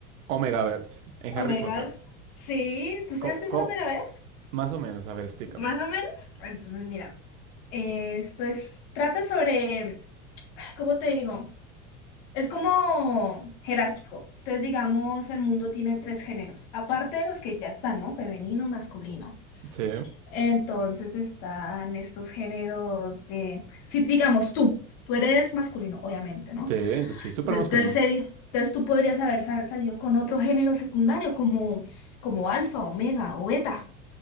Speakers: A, on the right; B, on the left.
A: Omegaverse en
B: Omegaverse.
A: Harry Potter.
B: Sí, ¿tú sabes
A: Co,
B: qué es
A: co-
B: el Omegaverse?
A: más o menos, a ver, explícame.
B: Más o menos. Entonces, mira, esto es, trata sobre, ¿cómo te digo? Es como jerárquico. Entonces, digamos, el mundo tiene tres géneros, aparte de los que ya están, ¿no? Femenino, masculino.
A: Sí,
B: Entonces están estos géneros de, si digamos tú, tú eres masculino, obviamente, ¿no?
A: sí, yo sí, súper
B: Entonces,
A: masculino.
B: sería- entonces tú podrías haber sa- salido con otro género secundario como, como alfa, omega o beta.